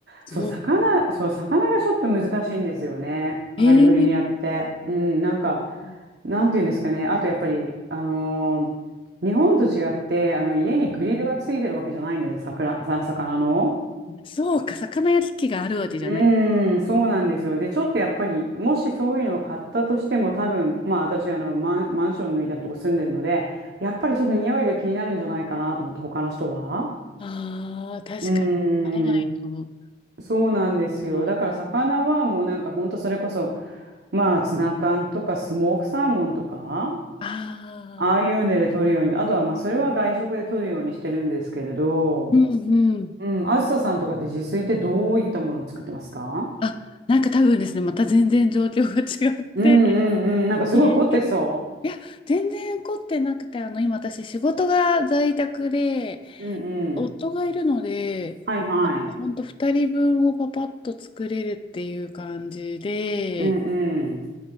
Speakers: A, on the left; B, on the right.
A: すごい。
B: そう、魚、そう、魚がちょっと難しいんですよね。カリフォルニアって。
A: へえー。
B: うん、なんか、
A: うん
B: なんていうんですかね。あとやっぱり、あのー日本と違って、あの、家にグリルがついてるわけじゃないので、桜、さ、魚の。
A: そうか、魚焼き器があるわけじゃない。
B: うーん、そうなんですよ。で、ちょっとやっぱり、もしそういうのを買ったとしても、多分、まあ私、あの、マン、マンションみたいなとこ住んでるので、やっぱりちょっと匂いが気になるんじゃないかなと思って、他の人は。
A: ああ、確かに。
B: うーん。
A: あれないと思
B: そうなんですよ。
A: う。
B: だから魚はもうなんかほんとそれこそ、まあツナ缶とかスモークサーモンとか、
A: あ
B: ああいうので取るように、
A: あ、
B: あとはまあそれは外食で取るようにしてるんですけれど、
A: うんうん。
B: うん、あずささんとかって自炊ってどういったものを作ってますか
A: あ、なんか多分ですね、また全然状況が違って。
B: うんうんうん、なんかすごい凝ってそ
A: ねいや、全然凝ってなくて、あの、今私仕事が在宅で、
B: う。うんうん。
A: 夫がいるので、
B: はいはい。
A: ほんと2人分をパパッと作れるっていう感じで、
B: うんうん。